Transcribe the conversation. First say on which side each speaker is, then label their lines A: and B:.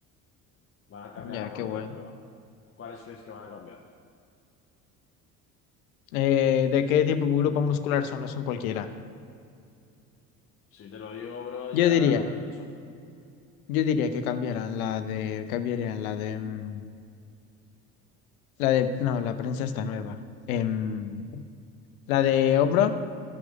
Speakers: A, on the left; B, on the left.
A: Van a cambiarla
B: Ya,
A: por
B: qué
A: otra
B: bueno.
A: nueva. ¿Cuáles crees que van a cambiar?
B: Eh, ¿de qué tipo de grupo muscular son? No son cualquiera.
A: Si te lo digo, bro, ya
B: Yo diría,
A: te lo he dicho.
B: yo diría que cambiaran la de, cambiarían la de, mm, la de, no, la prensa está nueva. Em, la de hombro,